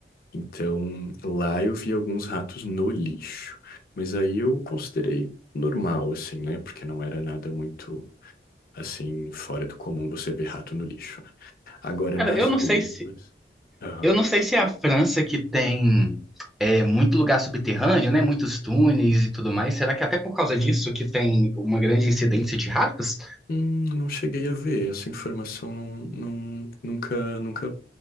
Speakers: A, on the left; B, in the centre.
A: Então, lá eu vi alguns ratos no lixo. Mas aí eu considerei normal, assim, né? Porque não era nada muito, assim, fora do comum você ver rato no lixo. né? Agora,
B: Cara,
A: nas
B: eu não
A: ruas.
B: sei se
A: Aham.
B: Eu não sei se é a França que tem é, muito lugar subterrâneo, né? Muitos túneis e tudo mais. Será que é até por causa disso que tem uma grande incidência de ratos?
A: Hum, não cheguei a ver. Essa informação não, não, nunca, nunca